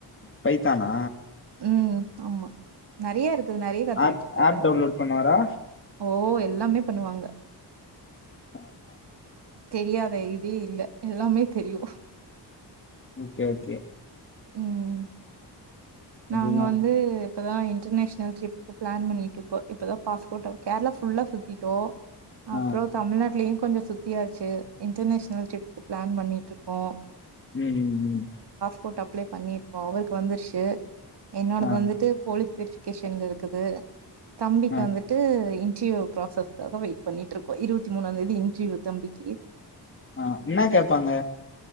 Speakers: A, on the left; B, on the right.
A: பைத்தானா
B: ம் ஆமா நெறைய இருக்குது நெறைய கத்துக்கிட்ருக்காரு
A: ஆப் ஆப்
B: அவரு
A: டவுன்லோட் பண்ணுவாரா
B: ஓ எ ல்லாமே பண்ணுவாங்க
A: ஆஹ்
B: தெரியாத இதே இல்ல எல்லாமே தெரியு
A: ஓகே ஓகே
B: ம் நாங்க
A: அதுதா
B: வந்து இப்பதா இன்டர்நேஷ்னல் ட்ரிப்க்கு ப்ளான் பண்ணிட்ருக்கோ இப்பதா பாஸ்போட்ட கேரளா ஃபுல்லா சுத்திட்டோ
A: ஆ
B: அப்றொ தமிழ்நாட்லயு கொஞ்சொ சுத்தியாச்சு இன்டர்நேஷ்னல் ட்ரிப்க்கு ப்ளான் பண்ணிட்ருக்கோ
A: ம் ம் ம்
B: போட் அப்ளை பண்ணி இருக்கோ அவருக்கு வந்துருச் சு என்னோடது
A: ஆ
B: வந்துட்டு போலி வெரிஃபிகேஷன்ல இருக்குது தம்பிக்கு
A: ஆ
B: வந்துட்டு‌ இன் ட்ரிவ்யூ ப்ராசஸ்க்காக வெயிட் பண்ணிட்ருக்கோ இருவத்தி மூணாந்தேதி இன்டர்வியூ தம்பிக்கி
A: ஆ என்னா கேப்பாங்க